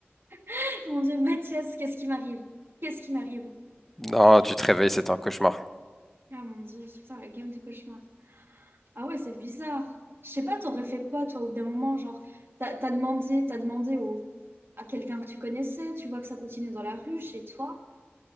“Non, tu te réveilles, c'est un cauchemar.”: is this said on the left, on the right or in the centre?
Centre